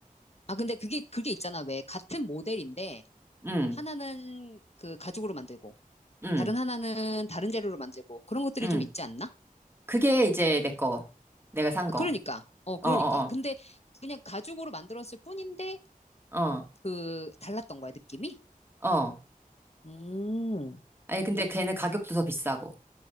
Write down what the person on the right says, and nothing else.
응,
응,
응.
그게 이제 내 거. 내가 산
거.
어, 어,
어, 어,
어.
아니, 근데 걔는 가격도 더 비싸고.